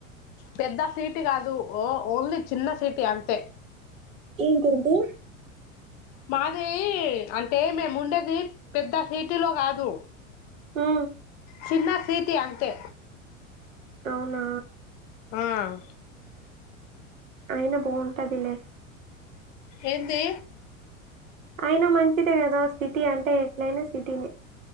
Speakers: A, on the left; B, on the right.
A: పెద్ద సీటి కాదు ఓ ఓన్లీ చిన్న సీటి అంతే
B: ఏంగ్ంది
A: మాదివి అంటే మేము ఉండేది పెద్ద సిీటీలో కాదు
B: ఆ
A: చిన్న సీటీ అంతే
B: అవునా
A: ఆవు
B: అయినా బాగుంటది లేక
A: ఎంది
B: అయినా మంచిదే కదా సిటీ అంటే ఎట్లయినా సిటీని